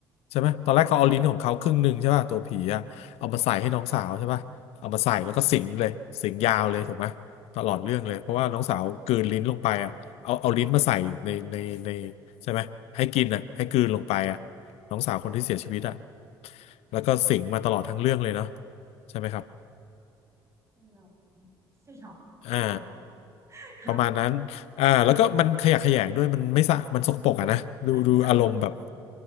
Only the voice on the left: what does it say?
ใช่ไหมตอนแรกเขาเอาลิ้นของเขาครึ่งหนึ่งใช่ป่ะตัวผีอ่ะเอามาใส่ให้น้องสาวใช่ป่ะเอามาใส่แล้วก็สิงเลยสิงยาวเลยถูกไหมตลอดเรื่องเลยเพราะว่าน้องสาวกลืนลิ้นลงไปอ่ะเอาเอาลิ้นมาใส่ในในใน
ใช่ไหมให้กินอ่ะให้กลืนลงไปอ่ะ น้องสาวคนที่เสียชีวิตอะ
แล้วก็สิงมาตลอดทั้งเรื่องเลยเนาะใช่ไหมครับ
อ่า
ประมาณนั้นอ่าแล้วก็มันขยะแขยงด้วยมันไม่สะ มันสกปรกอะนะดูดูอารมณ์แบบ